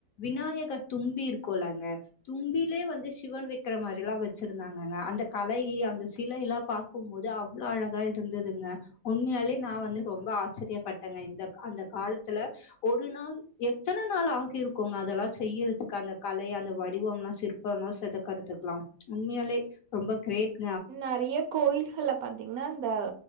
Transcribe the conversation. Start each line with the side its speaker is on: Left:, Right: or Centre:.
Left: விநாயகர் தும்பி இருக்கோலாங்க தும்பிலயே வந்து சிவன் வெக்கரமாரியெலா வச்சிரு இந்தாங்கங்க அந்த கலை அந்த சிலையில்லா பாக்கும் போது அவ்ளோ அழகா இருந்ததுங்க உண்மையாலே நா வந்து ரொம்ப ஆச்சரியப்பட்டேங்க இந்தக் க அந்த காலத்துல ஒரு நாள் எத்தன நாள் ஆகிருக்கோங்க அதெல்லா செய்யிர கலை அந்த வடிவம்லா சிற்பம்ளா செதுக்கர்துக்கலா உண்மையாலே ரொம்ப கிரேட்
Right: நறைய கோயில்கல பாத்தீங்னா இந்த